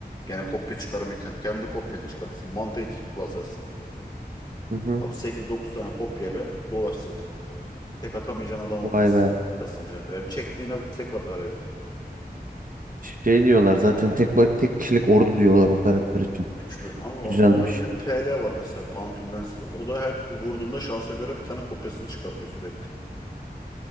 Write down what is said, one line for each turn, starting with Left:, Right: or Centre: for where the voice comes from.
Left: Gene kopya çıkarma itemi. Kendi kopyanı çıkartırsın. Manta iç basarsın.
Right: Hı hı.
Left: Abi 8-9 tane kopyayla dolaş zaten. Tek atamayacağın adam olmaz
Right: Vay be.
Left: kasınca. Ve çektiğine tek atar herif.
Right: Şey diyorlar zaten tek ba- tek kişilik ordu diyorlar o karakter için.
Left: Güçlü. Ama o-
Right: Güzelmiş.
Left: onun gibi PL var mesela. Phantom Lancer var. O da her vurduğunda şansa göre bir tane kopyasını çıkartıyor sürekli.